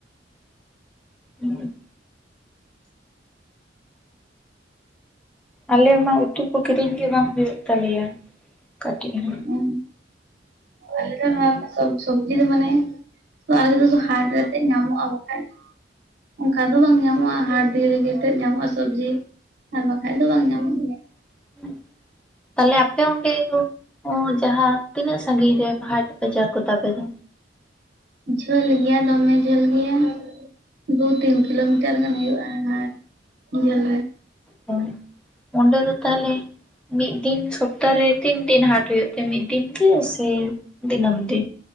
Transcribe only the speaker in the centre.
ᱦᱩᱸ <unintelligible> ᱟᱞᱮ ᱢᱟ ᱩᱛᱩ ᱠᱚ ᱠᱤᱨᱤᱧ ᱜᱮ ᱵᱟᱝ ᱦᱩᱭᱩᱜ ᱛᱟᱞᱮᱭᱟ ᱠᱟᱹᱴᱤᱡ ᱦᱚᱸ
<inaudible> ᱛᱟᱦᱞᱮ ᱟᱯᱮ ᱚᱸᱰᱮ ᱫᱚ ᱡᱟᱦᱟᱸ ᱛᱤᱱᱟᱹᱜ ᱥᱟᱹᱜᱤᱧ ᱨᱮ ᱯᱟᱦᱟᱴ ᱵᱟᱡᱟᱨ ᱠᱚ ᱛᱟᱯᱮ ᱫᱚ
ᱦᱳᱭ ᱚᱰᱮ ᱫᱚ ᱛᱟᱦᱚᱞᱮ ᱢᱤᱫ ᱫᱤᱱ ᱥᱚᱯᱛᱟ ᱨᱮ ᱛᱤᱱ ᱫᱤᱱ ᱦᱟᱴ ᱦᱩᱭᱩᱜ ᱛᱮ ᱢᱤᱫ ᱫᱤᱱ ᱜᱮ ᱥᱮ ᱫᱤᱱᱟᱹᱢ ᱫᱤᱱ